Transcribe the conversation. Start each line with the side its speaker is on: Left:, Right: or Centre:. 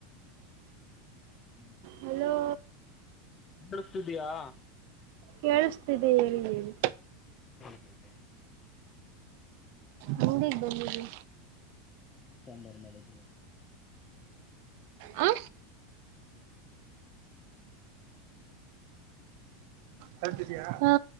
Left: ನಮಸ್
Right: ಹಲೋ
Left: ಕೇಳಿಸ್ತಿದೀಯಾ
Right: ಕೇಳಿಸ್ತಿದೆ ಹೇಳಿ ಹೇಳಿ.
Left: ಹ್ಮಾ
Right: ಹುಂಡಿಗ್ ಬಂದಿದೀನಿ.
Left: ನೀ ಕೊಂಡ <unintelligible>
Right: ಹಾ ಕರೆಕ್ಟ್ ಇದಿಯಾ ಹ